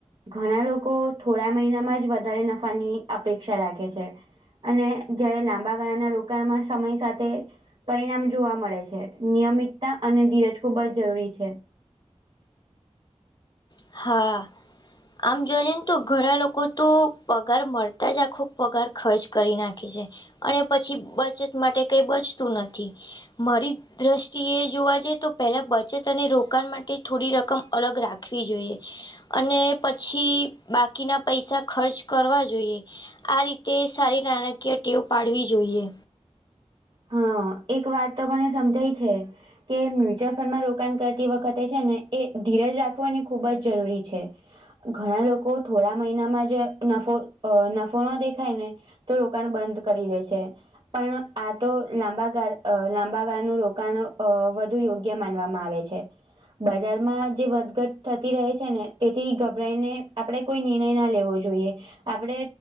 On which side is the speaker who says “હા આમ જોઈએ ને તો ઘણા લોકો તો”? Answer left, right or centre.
Left